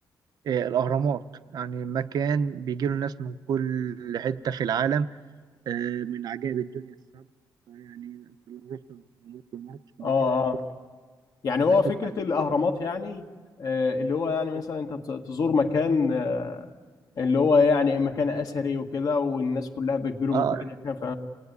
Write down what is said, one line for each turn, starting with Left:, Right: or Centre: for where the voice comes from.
Right: آه، الأهرامات يعني مكان بيجي له ناس من كل حتة في العالم آه، من عجائب الدنيا السبع يعني انت لو رحت الأهرامات ومرت قبل
Left: اه
Right: كده
Left: اه
Right: هتشوف
Left: يعني هو
Right: هتشوف
Left: فكره
Right: حاجات
Left: الاهرامات يعني آه، اللي هو يعني مثلا
Right: كتير.
Left: انت تزور مكان آه، اللي هو يعني مكان اثري وكده والناس كلها بتجيله
Right: اه
Left: من كل ناحيه ف...